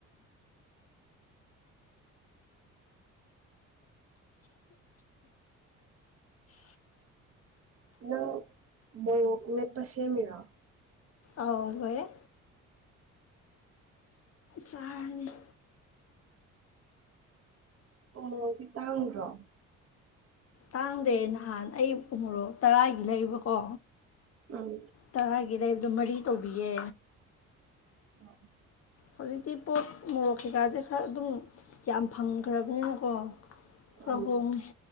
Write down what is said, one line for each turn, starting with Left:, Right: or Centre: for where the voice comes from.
Right: ꯅꯪ ꯃꯣꯔꯣꯛ ꯅꯦꯠꯄ ꯁꯦꯝꯃꯤꯔꯣ
Left: ꯑꯥꯎ ꯍꯌꯦꯦ ꯆꯥꯔꯅꯤ꯫
Right: ꯎꯃꯔꯣꯗꯤ ꯇꯥꯡꯗ꯭ꯔꯣ
Left: ꯇꯥꯡꯗꯦ ꯅꯍꯥꯟ ꯑꯩꯪ ꯎꯃꯣꯔꯣꯛ ꯇꯔꯥꯒꯤ ꯂꯩꯕꯀꯣ
Right: ꯎꯝ
Left: ꯇꯔꯥꯒꯤ ꯂꯩꯕꯗ ꯃꯔꯤ ꯇꯧꯕꯤꯌꯦ
Right: ꯑ꯫
Left: ꯍꯧꯖꯤꯛꯇꯤ ꯄꯣꯠ ꯃꯣꯔꯣꯛ ꯀꯩꯀꯥꯗꯤ ꯈꯔ ꯑꯗꯨꯝ ꯌꯥꯝ ꯐꯪꯈ꯭ꯔꯕꯅꯤꯅꯀꯣ ꯈꯔ
Right: ꯎꯝ
Left: ꯍꯣꯡꯉꯦ